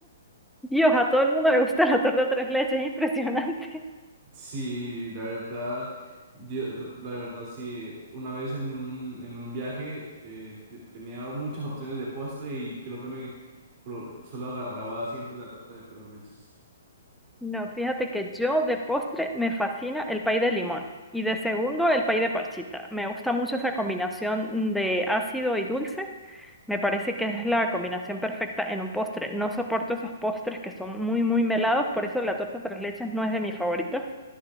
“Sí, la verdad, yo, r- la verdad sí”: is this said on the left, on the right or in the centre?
Right